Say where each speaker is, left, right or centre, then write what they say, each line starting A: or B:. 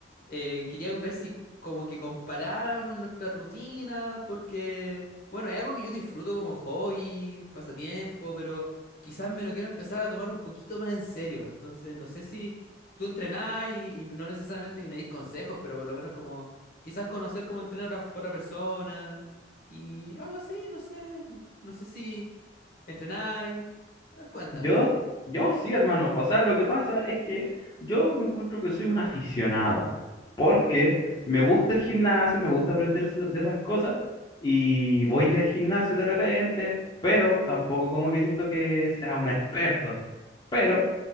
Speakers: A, on the left; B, on the left.
A: Eh, quería ver si como que comparáramos nuestras rutinas, porque, bueno, es algo que yo disfruto como hobby, pasatiempo, pero quizás me lo quiero empezar a tomar un poquito más en serio. Entonces, no sé si tú entrenás y, y no necesariamente que me des consejos, pero por lo menos como quizás conocer cómo entrena otra, otra persona y algo así, no sé, no sé si entrenáis. A ver, cuéntame.
B: Yo, yo sí, hermano. O sea, lo que pasa es que yo me encuentro que soy un aficionado, porque me gusta el gimnasio, me gusta aprender ese- de esas cosas, y voy al gimnasio de repente, pero tampoco como que siento que sea un experto. Pero